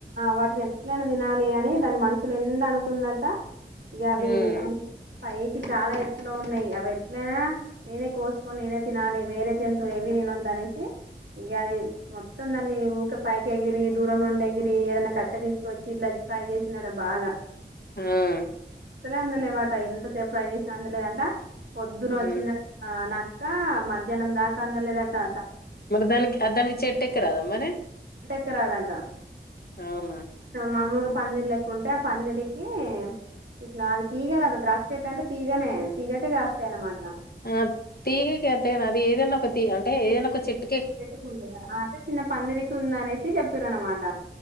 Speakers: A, on the right; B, on the left.
A: వాటిని ఎట్లైనా తినాలి అని దాని మనసుు నిండా అనుకుందట ఇగ అవి
B: హ్మ్
A: పైకి చాలా ఎత్తులో ఉన్నాయి అవి ఎట్లైనా నేనే కోసుకొని నేనే తినాలి వేరే జంతువు ఏవి తినొద్దు అనేసి ఇగ అది మొత్తం దాన్ని ఊక పైకి ఎగిరి దూరం నుండి ఎగిరి ఏదన్నా కట్ కట్టే తీసుకొచ్చి ఇట్లా ట్రై చేసిందంట బాగా
B: మ్
A: అసలే అందలేవాట ఎంతసేపు ట్రై చేసినా అందలేదట పొద్దున
B: హ్మ్
A: వచ్చిన నా కా మధ్యానం దాకా అందలే దట్టా
B: మరి దానికి దానికి చెట్టు ఎక్క రాదా మరి
A: ఎక్కరాధాంట
B: అవునా
A: మామూలుగా పందిరి లెక్క ఉంటే ఆ పందిరికి ఇట్లా అది తీగనేద ద్రాక్ష చెట్టు అంటే తీగనే తీగకే కాస్తాయి అన్నమాట
B: ఆ తీగకైతే అది ఏదైనా ఒక తీగ అంటే ఏదైనా ఒక చెట్
A: చెట్టుకుంటయా అయితే చిన్న పందిరికి ఉంది అనేసి చెప్పారు అనమాట